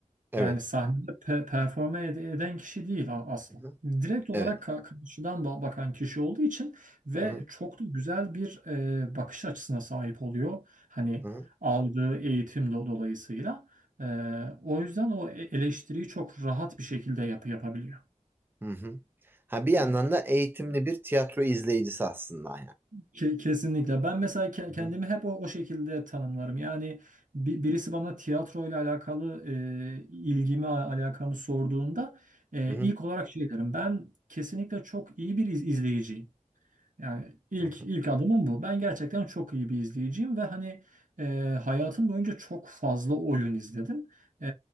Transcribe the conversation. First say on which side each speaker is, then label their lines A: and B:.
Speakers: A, on the right; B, on the right.
A: Evet.
B: Yani sahnede pe- performe ed- eden kişi değil a- aslında.
A: Hı hı.
B: Direkt olarak
A: Evet.
B: ka- karşıdan ba- bakan kişi olduğu için ve
A: Hı hı.
B: çok da güzel bir e, bakış açısına sahip oluyor. Hani
A: Hı hı.
B: aldığı eğitim do- dolayısıyla. E, o yüzden o e- eleştiriyi çok rahat bir şekilde yap yapabiliyor.
A: Hı hı. Ha bir yandan
B: Yani
A: da eğitimli bir tiyatro izleyicisi aslında
B: Ke- Kesinlikle. Ben mesela ke-
A: yani.
B: kendimi hep o, o şekilde tanımlarım. Yani bi- birisi bana tiyatroyla alakalı e, ilgimi, a- alakamı sorduğunda e,
A: Hı hı.
B: ilk olarak şey derim. Ben kesinlikle çok iyi bir iz- izleyiciyim. Yani ilk
A: Hı hı.
B: ilk adımım bu. Ben gerçekten çok iyi bir izleyiciyim ve hani e, hayatım boyunca çok fazla oyun izledim. E,